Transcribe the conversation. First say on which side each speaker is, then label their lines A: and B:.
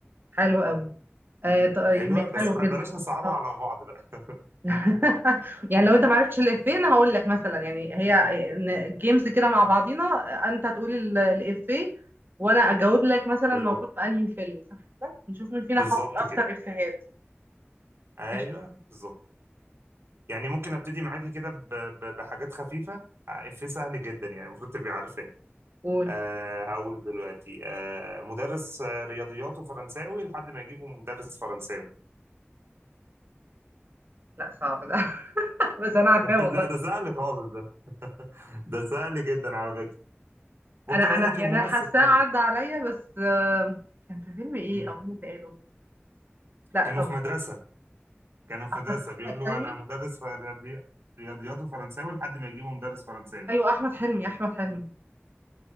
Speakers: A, on the right; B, on the right.
A: حلو قوي آه طيب
B: حلوة بس
A: حلو
B: بقى
A: جدا
B: بلاش نصعبها
A: آه.
B: على بعض بقى
A: <laughs> يعني لو انت معرفتش الافيه انا هقول لك مثلا يعني هي جيمز كده مع بعضينا انت تقول ال- الافيه وانا اجاوب لك مثلا
B: بالظبط
A: موجود في انهي فيلم صح كده نشوف مين فينا
B: بالظبط
A: حافظ اكتر
B: كده
A: افيهات
B: ايوه
A: قشطة
B: بالظبط يعني ممكن ابتدي معاكي كده ب- ب- بحاجات خفيفة آه، افيه سهل جدا يعني المفروض تبقي عارفاه
A: قول
B: آه هقوله دلوقتي آه مدرس آه، رياضياته فرنساوي لحد ما يجيبه مدرس فرنساوي
A: لا صعب ده <laughs> بس انا عارفاه
B: <laughs>
A: والله
B: لا ده سهل خالص ده ده سهل جدا على فكرة ممكن
A: انا
B: اقول
A: انا
B: لك
A: يعني
B: الممثل
A: انا حاساه
B: طيب
A: عدى عليا بس آه، كان في فيلم ايه
B: امم
A: او مين اللي قاله لا
B: كانوا
A: طب
B: في مدرسة كانوا في
A: احمد
B: مدرسة
A: احمد
B: بيقول له
A: حلمي
B: انا مدرس في رياضي... رياضياته فرنساوي لحد ما يجيبه مدرس فرنساوي
A: ايوه احمد حلمي احمد حلمي